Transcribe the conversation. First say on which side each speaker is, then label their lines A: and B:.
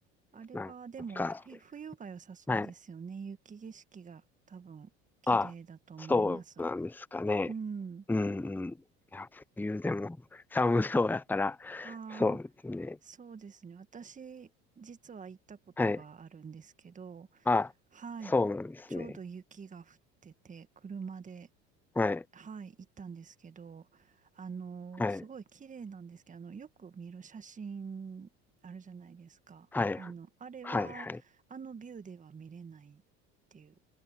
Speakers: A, on the right; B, in the centre.
A: あれはでも冬、
B: なんか、
A: 冬が良さそうですよね。
B: はい。
A: 雪景色が多分綺麗だと思います。
B: あ、そうなんですかね。
A: うん。
B: うんうん。いや、冬でも寒そうやから、
A: ああ、
B: そうですね。
A: そうですね。私、実は行ったことがあるんですけど、
B: はい。あ、
A: はい。
B: そうなんですね。
A: ちょうど雪が降ってて、車で、
B: はい。
A: はい、行ったんですけど、あの、
B: はい。
A: すごい綺麗なんですけど、あの、よく見る写真あるじゃないですか。
B: はい。
A: あの、あれは、
B: はい。はい。
A: あのビューでは見れない。っていう